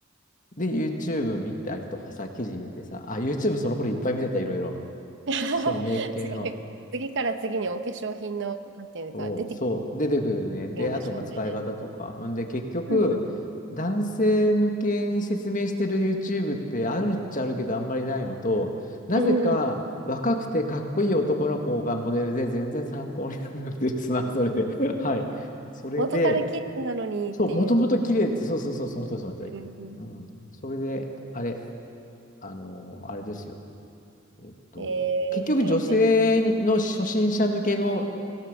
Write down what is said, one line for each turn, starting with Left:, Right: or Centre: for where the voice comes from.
Left: で、YouTube 見たりとかさ、記事見てさ、あ、YouTube その頃いっぱい見てた、いろいろ。
Right: <laughs>
Left: そのメイク系の。
Right: 次、次から次にお化粧品の、なんていうか、
Left: そう、
Right: 出てく
Left: そう、出てくるね。で、
Right: るんでしょうね。
Left: あと、まあ、使い方とか。んで、結局、
Right: うんうん。
Left: 男性向けに説明してる YouTube ってあるっちゃあるけど、あんまりないのと、なぜか若くてかっこいい男の子がモデルで全然参考にならなくてですな、
Right: うん
Left: それで。<laughs> はい。それで、
Right: 元から綺麗なのにっていうね。
Left: そう、もともと綺麗って、そうそうそう、その通り、その通り。
Right: うん。
Left: うん。それで、あれ、あのーあれですよ。えっと、
Right: え
Left: 結局女性にの初心者向けの
Right: ー、